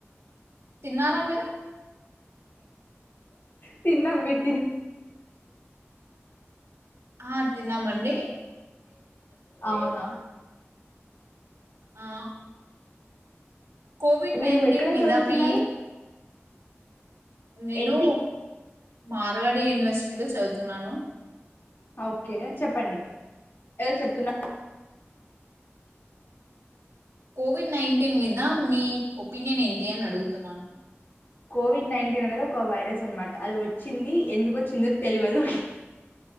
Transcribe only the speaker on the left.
తన్నాం బీర్
అవునా
మీరు ఎక్కడ
చదువుతున్నారు
ఏంటి
అ ఓకే చెప్పండి ఏదో చెప్తున్నా
కోవిడ్ నైన్టీన్ అనేది ఒక వైరస్ అనమాట అది వచ్చింది ఎందుకు వచ్చిందో తెలియదు